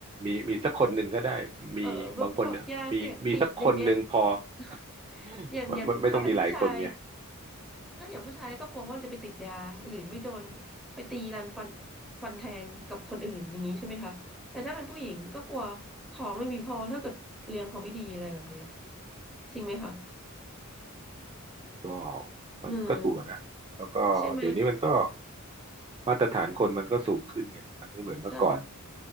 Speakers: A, on the right (about 25°); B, in the centre.
A: มีมีสักคนหนึ่งก็ได้มีบางคนเนี่ยมีมีสักคนหนึ่งพอ
B: เออแบบพวกยาเสพติดอย่างเงี้ย <laughs>
A: <laughs>
B: อย่างอย่างถ้าเป็นผู้ชาย
A: ไม่ไม่ไม่ต้องมีหลายคนไง
B: ถ้าอย่างผู้ชายก็กลัวว่าจะไปติดยาหรือจะไปโดนไปตีรันฟันฟันแทงกับคนอื่นอย่างนี้ใช่ไหมคะแต่ถ้าเป็นผู้หญิงก็กลัวท้องไม่มีพอถ้าเกิดเลี้ยงเขาไม่ดีอะไรแบบเนี้ยจริงไหมคะ
A: ก็มันก็ถูกอะนะแล้วก็เดี๋ยวนี้มันก็
B: เงินใช่ไหม
A: มาตรฐานคนมันก็สูงขึ้นไงมันไม่เหมือนเมื่อก่อน
B: ใช่